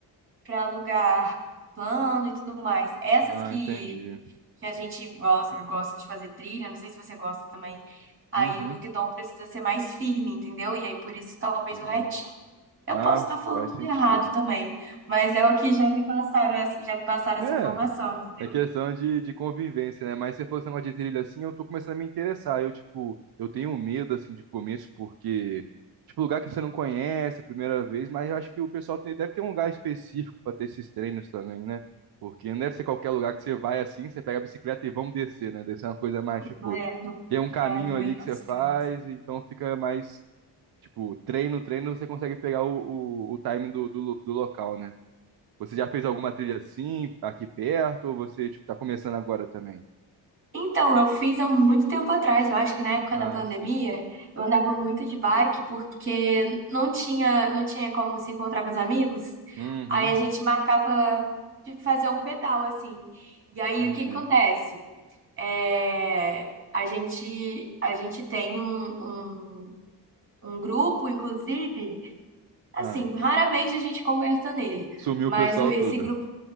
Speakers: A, on the right (about 30°); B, on the right (about 60°).
A: para lugar plano e tudo mais. Essas
B: Ah,
A: que
B: entendi.
A: que a gente gosta, gosta de fazer trilha, não sei se você gosta também. Aí
B: Uhum.
A: o guidão precisa ser mais firme, entendeu? E aí por isso talvez
B: Ah,
A: o retinho. Eu
B: ah,
A: posso estar falando
B: faz
A: tudo
B: sentido.
A: errado também, mas é o que já me passaram, essa- já me passaram
B: É,
A: essa informação, entendeu?
B: É questão de, de convivência, né? Mas se fosse esse negócio de trilha assim, eu tô começando a me interessar. Eu, tipo, eu tenho medo, assim, de começo, porque, tipo, lugar que você não conhece a primeira vez, mas eu acho que o pessoal tem- deve ter um lugar específico pra ter esses treinos também, né? Porque não deve ser qualquer lugar que você vai assim, você pega a bicicleta e vamos descer, né? Deve ser uma coisa mais, tipo,
A: Não é- não-
B: tem um caminho
A: é, no meio
B: ali que você
A: dos
B: faz,
A: campos.
B: então fica mais, tipo, treino, treino, você consegue pegar o, o, o timing do, do, lo- do local, né? Você já fez alguma trilha assim, aqui perto, ou você, tipo, tá começando agora também?
A: Então, eu fiz há muito tempo atrás, eu acho que na época
B: Ah,
A: da pandemia,
B: sim.
A: eu andava muito de bike porque não tinha, não tinha como se encontrar com os amigos.
B: Uhum,
A: Aí a gente marcava de fazer um pedal assim. E aí
B: entendi.
A: o que que acontece? É, a gente a gente tem um, um, um grupo, inclusive, assim,
B: Ah,
A: raramente a gente conversa nele,
B: sumiu
A: mas
B: o pessoal
A: o- esse
B: tudo.
A: grupo